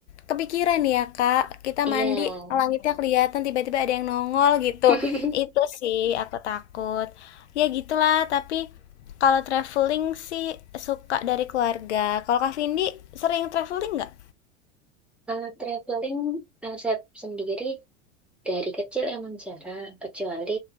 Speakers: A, on the left; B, in the centre.
A: kepikiran ya, Kak. Kita
B: iya.
A: mandi, langitnya kelihatan tiba-tiba ada yang nongol gitu.
B: <laughs>
A: Itu sih aku takut. Ya gitulah, tapi kalau traveling sih suka dari keluarga. Kalau Kak Vindi sering traveling nggak?
B: Kalau traveling, kalau sendiri dari kecil emang jarang, kecuali